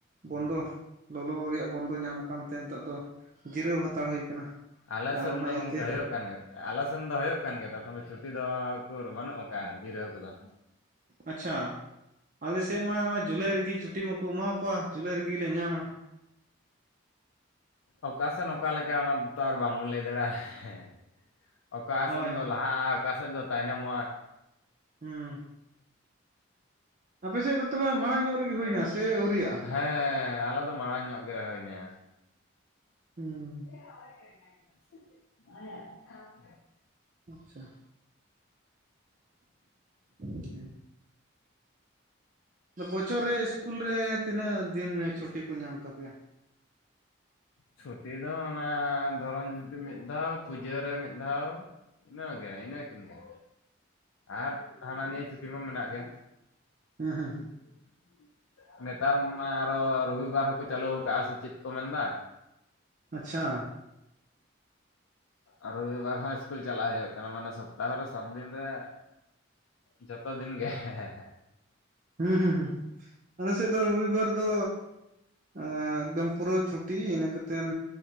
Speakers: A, on the right; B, on the left.
A: ᱵᱚᱱᱫᱚ ᱞᱚᱞᱚ ᱨᱮᱭᱟᱜ ᱵᱚᱱᱫᱚ ᱧᱟᱢ ᱠᱟᱱᱛᱮ ᱱᱤᱛᱚᱜ ᱫᱚ ᱡᱤᱨᱟᱹᱣ ᱦᱟᱛᱟᱲ ᱦᱩᱭ ᱟᱠᱟᱱᱟ
B: ᱟᱞᱮ
A: ᱟᱨ
B: ᱥᱮᱫ
A: ᱚᱱᱟ
B: ᱫᱚ
A: ᱤᱭᱟᱹᱛᱮ
B: ᱜᱚᱝᱠᱮ ᱦᱩᱭᱩᱜ ᱠᱟᱱ ᱜᱮᱭᱟ ᱟᱞᱮ ᱥᱮᱱ ᱫᱚ ᱦᱩᱭᱩᱜ ᱠᱟᱱ ᱜᱮᱭᱟ ᱛᱚᱠᱷᱚᱱ ᱫᱚ ᱪᱷᱩᱴᱤ ᱫᱚᱠᱚ ᱵᱟᱹᱱᱩᱜ ᱟᱠᱟᱜᱼᱟ ᱡᱤᱨᱟᱹᱣ ᱠᱚᱫᱚ
A: ᱟᱪᱪᱷᱟ ᱟᱞᱮᱥᱮᱫ ᱢᱟ ᱱᱚᱣᱟ ᱡᱩᱞᱟᱭ ᱨᱮᱜᱮ ᱪᱷᱩᱴᱤ ᱢᱟᱠᱚ ᱮᱢᱟᱠᱚᱣᱟ ᱡᱩᱞᱟᱭ ᱨᱮᱜᱮ ᱞᱮ ᱧᱟᱢᱟ
B: ᱚᱠᱟ ᱥᱮᱱ ᱚᱠᱟ ᱞᱮᱠᱟ ᱚᱱᱟᱛᱚ ᱟᱨ ᱵᱟᱢᱵᱚᱱ ᱞᱟᱹᱭ ᱫᱟᱲᱮᱭᱟᱜᱼᱟ ᱦᱮᱸ ᱚᱠᱟ
A: ᱦᱳᱭ
B: ᱥᱮᱫ
A: ᱦᱳᱭ
B: ᱫᱚ ᱞᱟᱦᱟᱜᱼᱟ ᱚᱠᱟ ᱥᱮᱫ ᱫᱚ ᱛᱟᱭᱱᱚᱢᱚᱜᱼᱟ
A: ᱦᱩᱸ ᱟᱯᱮ ᱥᱮᱫ ᱫᱚ ᱛᱚᱵᱮ ᱢᱟᱲᱟᱝ ᱧᱚᱜ ᱨᱮᱜᱮ ᱦᱩᱭᱱᱟ
B: <inaudible>
A: ᱥᱮ ᱟᱹᱣᱨᱤᱭᱟᱜᱼᱟ
B: ᱦᱮᱸ ᱟᱞᱮ ᱫᱚ ᱢᱟᱲᱟᱝ ᱧᱚᱜ ᱜᱮ ᱦᱩᱭᱱᱟ
A: ᱦᱩᱸ
B: ᱻ
A: ᱟᱪᱪᱷᱟ ᱫᱤ ᱵᱚᱪᱷᱚᱨ ᱨᱮ ᱤᱥᱠᱩᱞ ᱨᱮ ᱛᱤᱱᱟᱹᱜ ᱫᱤᱱ ᱪᱷᱩᱴᱤ ᱠᱚ ᱧᱟᱢ ᱛᱟᱯᱮᱭᱟ
B: ᱪᱷᱩᱴᱤ ᱫᱚ ᱚᱱᱟ ᱫᱷᱚᱨᱚᱱ ᱪᱷᱩᱴᱤ ᱢᱤᱫ ᱫᱷᱟᱣ ᱯᱩᱡᱟᱹᱨᱮ ᱢᱤᱫ ᱫᱷᱟᱣ ᱤᱱᱟᱹᱜᱮ ᱤᱱᱟᱹ ᱠᱤᱱ ᱜᱮ ᱟᱨ ᱦᱟᱱᱟ ᱱᱤᱭᱟᱹ ᱪᱷᱩᱴᱤ ᱢᱟ ᱢᱮᱱᱟᱜ ᱜᱮᱭᱟ
A: ᱦᱮᱸ ᱦᱮᱸ ᱦᱮᱸ
B: ᱤᱭᱟᱹ ᱱᱮᱛᱟᱨ ᱢᱟ ᱟᱨᱚ ᱨᱚᱵᱤᱵᱟᱨ ᱦᱚᱸᱠᱚ ᱪᱟᱞᱩ ᱟᱠᱟᱫᱟᱼᱟ ᱥᱮ ᱪᱮᱫ ᱠᱚ ᱢᱮᱱᱫᱟ
A: ᱟᱪᱪᱷᱟ
B: ᱟᱨ ᱨᱚᱵᱤᱵᱟᱨ ᱦᱚᱸ ᱤᱥᱠᱩᱞ ᱪᱟᱞᱟᱜ ᱦᱩᱭᱩᱜ ᱠᱟᱱᱟ ᱢᱟᱱᱮ ᱥᱚᱯᱛᱟᱦᱚᱨ ᱨᱮ ᱥᱟᱛ ᱫᱤᱱ ᱨᱮ ᱡᱚᱛᱚ ᱫᱤᱱ ᱜᱮᱸ ᱦᱮᱸ ᱦᱮ
A: ᱦᱩᱸ ᱦᱩᱸ ᱦᱩᱸ ᱟᱞᱮ ᱥᱮᱫ ᱫᱚ ᱨᱚᱵᱤᱵᱟᱨ ᱫᱚ ᱮᱠᱫᱚᱢ ᱯᱩᱨᱟᱹ ᱪᱷᱩᱴᱤ ᱤᱱᱟᱹ ᱠᱟᱛᱮᱱ